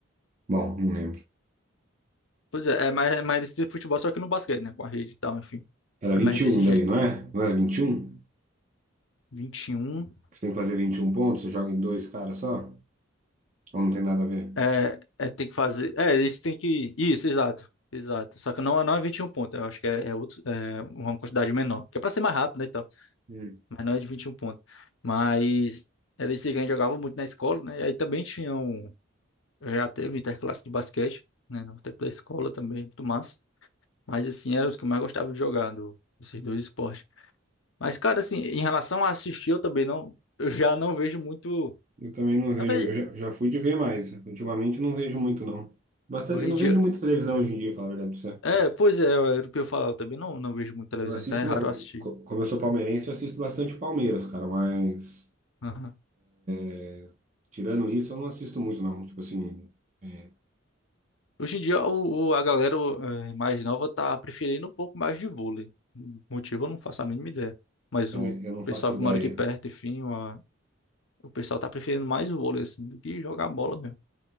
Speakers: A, on the right; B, on the left.
A: Bom, não lembro.
B: Pois é, é mais, é mais desse tipo de futebol, só que no basquete, né? Com a rede e tal, enfim.
A: Era 21
B: É mais desse
A: daí,
B: jeito.
A: não é? Não era vinte e um
B: 21.
A: Você tem que fazer 21 pontos, você joga em dois caras só? Ou não tem nada a ver?
B: É, é tem que fazer. É, isso tem que. Isso, exato. Exato. Só que não, é, não é 21 pontos. Eu acho que é, é outro, é uma quantidade menor. Que é pra ser mais rápido, né?
A: Hum.
B: mas não é de 21 pontos. Mas era isso aí que a gente jogava muito na escola, né? E aí também tinha um. Já teve interclasse de basquete, né? No tempo da escola também, muito massa. Mas assim, eram os que eu mais gostava de jogar, do, desses dois esportes. Mas, cara, assim, em relação a assistir, eu também não. Eu já não vejo muito.
A: Eu também não vejo,
B: Na verdade,
A: eu já, já fui de ver mais. Ultimamente não vejo muito, não. Bastante,
B: hoje
A: eu não
B: em dia.
A: vejo muita televisão hoje em dia, falar a verdade pra você.
B: É, pois é, era o que eu falava, eu também não, não vejo muito televisão,
A: Eu assisto,
B: então é raro
A: eu-
B: eu assistir.
A: co- como eu sou palmeirense, eu assisto bastante Palmeiras, cara, mas
B: Aham.
A: é, tirando isso, eu não assisto muito, não. Tipo assim, é,
B: Hoje em dia, o, o- a galera eh, mais nova tá preferindo um pouco mais de vôlei. Motivo eu não faço a mínima ideia. Mas
A: é,
B: o
A: eu não faço
B: pessoal
A: ideia.
B: que mora aqui perto, enfim, a- o pessoal tá preferindo mais vôlei, assim, do que jogar bola mesmo.